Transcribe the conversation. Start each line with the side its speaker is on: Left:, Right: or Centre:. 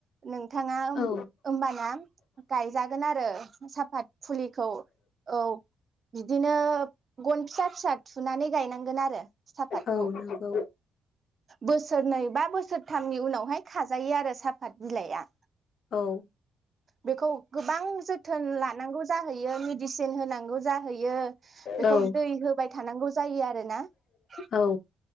Right: नोंथाङा
Left: औ
Right: ओमबाना गायजागोन आरो साफ फात फुलिखौ औ बिदिनो गन फिसा फिसा थुनानै गायनांगोन आरो सापातखौ
Left: औ नंगौ
Right: बोसोरनै बा बोसोरथामनि उनावहाय खाजायो आरो साफात बिलाइआ
Left: औ
Right: बेखौ गोबां जोथोन लानांगौ जाहैयो । यो मेदिसिन होनांगौ जाहैयो । बेखौ
Left: औ
Right: दै होबाय थानांगौ जायो आरोना ।
Left: औ